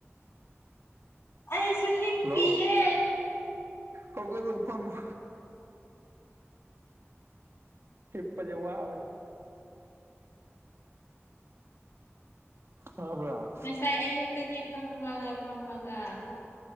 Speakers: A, on the left (about 65°); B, on the right (about 60°).
A: ꯑꯩꯁꯨ ꯍꯤꯞꯄꯤꯌꯦ
B: ꯍꯜꯂꯣ ꯍꯧꯒꯠꯂꯣ ꯐꯝꯃꯣ ꯍꯤꯄꯖꯦ ꯋꯥꯕꯅꯦ ꯋꯥꯕ꯭ꯔ
A: ꯉꯁꯥꯏ ꯑꯌꯨꯛꯇꯒꯤ ꯐꯝꯃꯒ ꯐꯝꯃꯒ